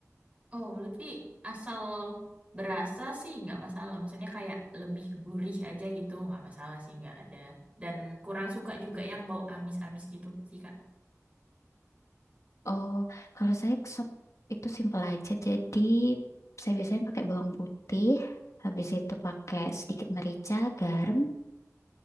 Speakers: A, on the right; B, on the left.
A: Oh, Lutfi asal berasa sih nggak masalah. Maksudnya kayak lebih gurih aja gitu, nggak masalah sih nggak ada. Dan kurang suka juga yang bau amis-amis gitu sih Kak.
B: oh kalau saya sop itu simpel aja jadi saya biasanya pakai bawang putih habis itu pakai sedikit merica garam